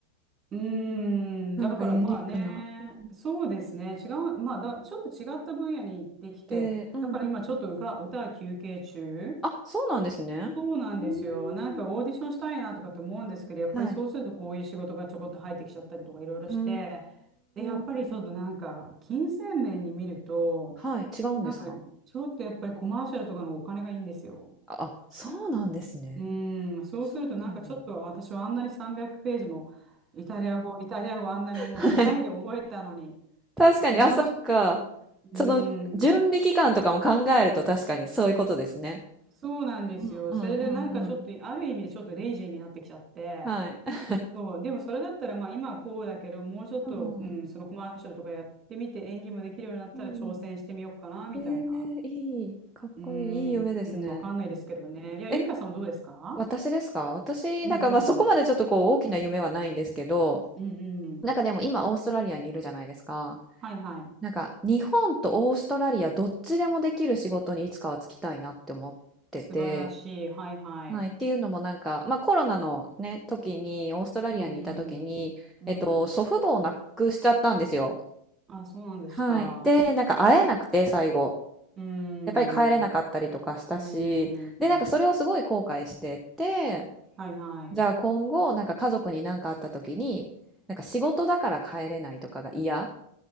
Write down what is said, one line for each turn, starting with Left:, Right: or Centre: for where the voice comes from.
Right: うーん、
Centre: なんかユニークな。
Right: だからまあね、
Centre: うん。
Right: そうですね、違う、まあだ、ちょっと違った分野に行ってきて、
Centre: でうんうんうん。
Right: だから今ちょっとうか歌は休憩中
Centre: あ、そうなんですね。
Right: そうなんですよ。
Centre: うーん。
Right: なんかオーディションしたいなとかって思うんですけど、やっぱりそうするとこういう仕事がちょこっと入ってきちゃったりとかいろいろして、
Centre: はい。うー
Right: で、やっぱりちょっとなんか金銭面に見ると、
Centre: ん。はい、違うんですか？
Right: なんかちょっとやっぱりコマーシャルとかのお金がいいんですよ。
Centre: あ、あ、そうなんですね。
Right: うーん、そうするとなんかちょっと私はあんなに300ページもイタリア語、
Centre: そうなんだ。
Right: イタリア語あんなにもう狙いで覚えたのに、
Centre: はい。確かに、
Right: コマーシャ
Centre: あ、そっか。
Right: ル、うーん、
Centre: その、準備期間とかも考えると確かにそういうことですね。
Right: そうなんですよ。
Centre: うんうんうんうん。
Right: それでなんかちょっとある意味でちょっとレイジーになってきちゃって、
Centre: はい。
Right: そう、でもそれだったら、まあ今はこうだけど、もうちょっと、
Centre: うん。
Right: うん、そのコマーシャルとかやってみて、演技もできるようになったら挑戦してみようかな、
Centre: うん。
Right: みたいな。
Centre: えーいい、かっこいい、
Right: うー
Centre: いい夢ですね。
Right: ん、うん、わかんないですけどね。いや、
Centre: え、
Right: ゆうかさんはどうですか
Centre: 私ですか？私、
Right: うんうん。
Centre: なんか、ま、そこまでちょっとこう大きな夢はないんですけど、
Right: うんうん。
Centre: なんかでも今オーストラリアにいるじゃないですか。
Right: はいはい。
Centre: なんか日本とオーストラリアどっちでもできる仕事にいつかは就きたいなって思ってて、
Right: 素晴らしい。はいはい。
Centre: はい、っていうのもなんか、まあ、コロナのね時にオーストラリアにいた時に、
Right: うんうん。
Centre: えっと、
Right: うん。
Centre: 祖父母を亡くしちゃったんですよ。
Right: あ、そうなんですか。
Centre: はい、でなんか会えなくて最後
Right: うーん。
Centre: やっぱり帰れなかったりとかしたしでなんかそれをすごい後悔してて
Right: うーん。はいはい。
Centre: じゃあ今後なんか家族に何かあった時になんか仕事だから帰れないとかが嫌